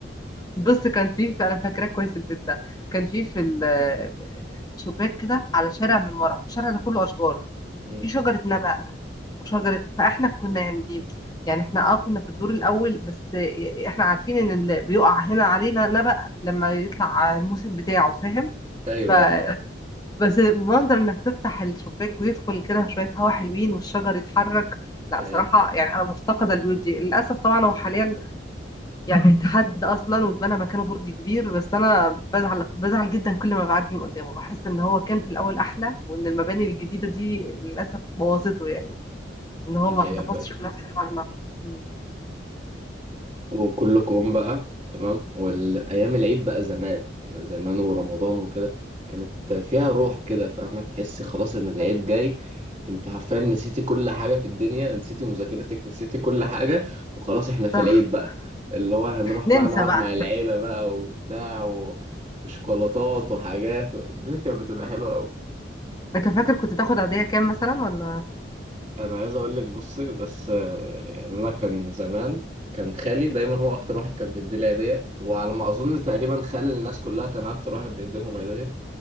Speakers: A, on the left; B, on the right.
A: بص كان فيه انا فاكراه كويس البيت ده كان فيه في ال- شباك كده على شارع من ورا الشارع ده كله اشجار
B: مم.
A: كان فيه شجره نبق وشجره فاحنا كنا يعني يعني احنا اه كنا في الدور الاول بس احنا عارفين ان اللي بيقع هنا علينا نبق لما يطلع الموسم بتاعه فاهم
B: ايوه
A: ف
B: ايوه
A: بس منظر انك تفتح الشباك ويدخل كده شويه هوا حلوين والشجر يتحرك لا
B: ياه.
A: بصراحه يعني انا مفتقده البيوت دي للاسف طبعا هو حاليا يعني اتحد اصلا واتبنى مكانه برج كبير بس انا بزعل بزعل جدا كل ما بعدي من قدامه بحس ان هو كان في الاول احلى وان المباني الجديده دي للاسف بوظته يعني ان هو
B: ده
A: ما
B: حقيقة
A: احتفظش
B: فعلا.
A: بنفس طعمنا مم.
B: وكله كوم بقى تمام والايام العيد بقى زمان زمان ورمضان وكده كانت فيها روح كده فاهمه تحسي خلاص ان العيد
A: ايوه
B: جاي انت عارفه نسيتي كل حاجه في الدنيا نسيتي مذاكرتك نسيتي كل حاجه وخلاص احنا في
A: صح
B: العيد بقى اللي هو هنروح
A: ننسى
B: بقى نقعد
A: بقى
B: مع العيله بقى وبتاع و... وشوكولاتات وحاجات الدنيا كانت بتبقى حلوه قوي
A: انت فاكر كنت بتاخد عاديه كام مثلا ولا
B: انا عايز اقول لك بصي بس آه، يعني انا كان زمان كان خالي دايما هو اكتر واحد كان بيدي لي هديه وعلى ما اظن تقريبا خال الناس كلها كان اكتر واحد بيدي لهم هديه